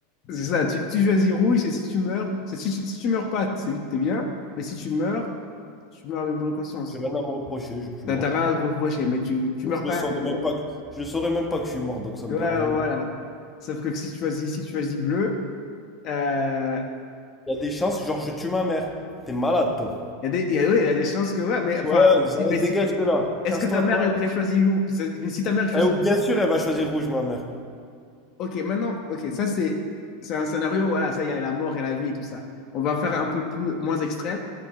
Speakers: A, on the left; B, on the left.
A: C'est ça, tu, tu choisis rouge, et si tu meurs, c'est- si, tu- si tu meurs pas, c'est t'es bien, mais si tu meurs, tu meurs avec bonne conscience.
B: j'ai rien à me reprocher, je suis
A: T'as
B: mort
A: t'as rien
B: quoi.
A: à te reprocher, mais tu, tu meurs
B: Je
A: quand
B: le saurais
A: même, tu
B: même
A: vois.
B: pas que, je le saurais même pas que je suis mort, donc ça me
A: Ouais,
B: dérange
A: voilà.
B: même pas.
A: Sauf que si tu choisis, si tu choisis bleu, euh,
B: Il y a des chances, genre je tue ma mère. T'es malade, toi.
A: il y a des, il y a- ouais, il y a des chances que, ouais, mais enfin,
B: Ouais, ça-
A: si- mais
B: dégage
A: si,
B: de là.
A: Est-ce
B: Casse-toi,
A: que ta mère
B: toi.
A: aurait choisi où? Mais si ta mère choisit,
B: Eh, ou bien sûr, elle va choisir rouge, ma mère.
A: ok, maintenant, ok, ça c'est c'est un scénario, voilà, ça il y a la mort et la vie et tout ça. On va faire un peu plus moins extrême.